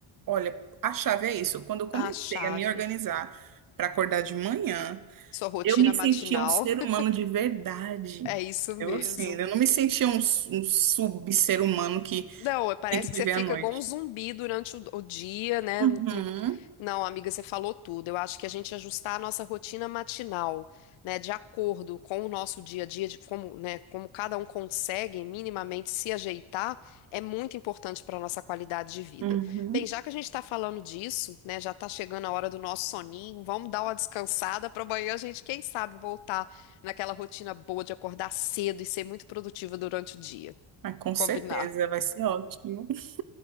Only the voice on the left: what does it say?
A chave,
sua rotina
matinal,
<laughs>
é isso mesmo.
Não, parece
que você fica
igual um zumbi durante o, o dia, né?
Não, amiga, você falou tudo. Eu acho que a gente ajustar a nossa rotina matinal, né, de acordo com o nosso dia a dia, de como, né, como cada um consegue minimamente se ajeitar, é muito importante para a nossa qualidade de vida.
Bem, já que a gente está falando disso, né, já está chegando a hora do nosso soninho, vamos dar uma descansada para amanhã a gente, quem sabe, voltar naquela rotina boa de acordar cedo e ser muito produtiva durante o dia.
Combinar.